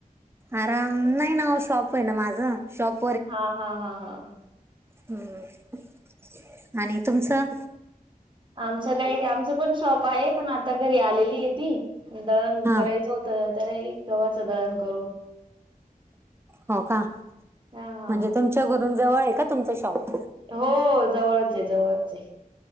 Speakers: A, on the right; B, on the right.
A: आराम नाही ना शॉप आहे ना माझं शॉप.
B: हा हा हा हा ह.
A: हम्म आणि तुमचं?
B: आमचं काही नाही आमचं पण शॉप आहे पण आता घरी आलेली ती दळण
A: हा
B: करायच. <unintelligible> करायच होत तर, राहिली गव्हाचं दहन करून.
A: हो का,
B: हा हा
A: म्हणजे तुमच्या घरून जवळ आहे का तुमचा शॉप?
B: हो जवळच आहे, जवळच आहे.